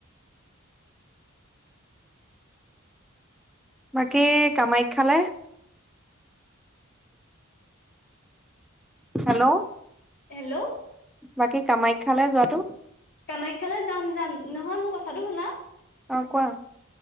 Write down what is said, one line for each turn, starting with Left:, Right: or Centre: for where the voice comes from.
Centre: বাকী কামাখ্যালে হেল্ল'?
Left: হেল্ল'
Centre: বাকী কামাখ্যালৈ যোৱাটো
Left: কামাখ্যালৈ যাম, যাম, নহয়। মোৰ কথাটো শুনা।
Centre: অ, কোৱা?